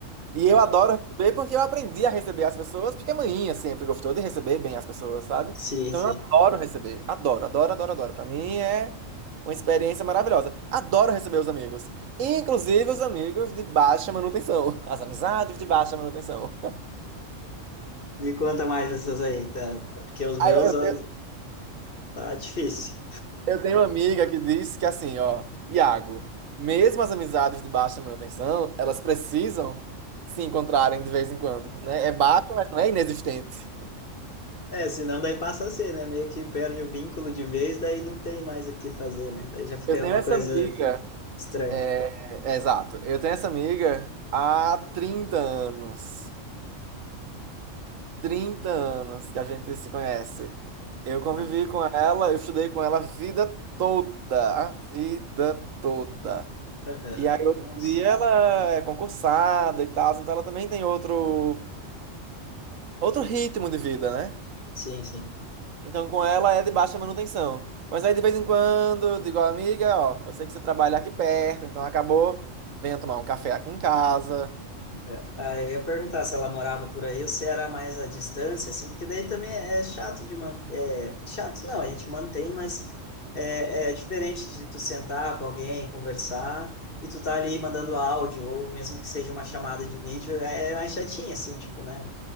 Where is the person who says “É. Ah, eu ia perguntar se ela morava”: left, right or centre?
Left